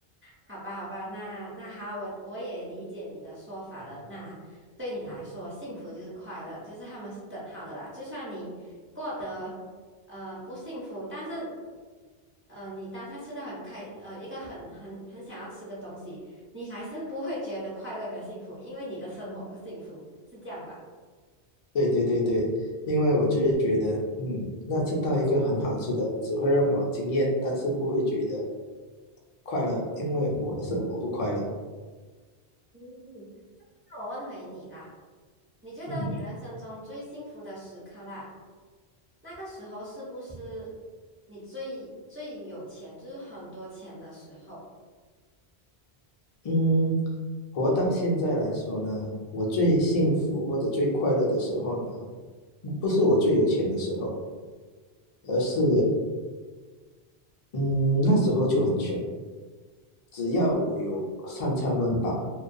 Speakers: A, on the right; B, on the left.
A: 好吧，好吧，那那好，我我也理解你的说法了。那对你来说，幸福就是快乐，就是他们是等号的啦。就算你过得呃不幸福，但是呃你当下吃的很开，呃一个很很很想要吃的东西，你还是不会觉得快乐跟幸福，因为你的生活不幸福，是这样吧？
B: 对对对对，因为我就是觉得，嗯，那吃到一个很好吃的，只会让我惊艳，但是不会觉得快乐，因为我的生活不快乐。
A: 嗯，那我问回你啦，你觉得你人生中最幸福的时刻啦？
B: 嗯
A: 那个时候是不是你最最有钱，就是很多钱的时候？
B: 嗯。活到现在来说呢，我最幸福或者最快乐的时候呢，不是我最有钱的时候，而是嗯那时候就很穷，只要我有三餐温饱，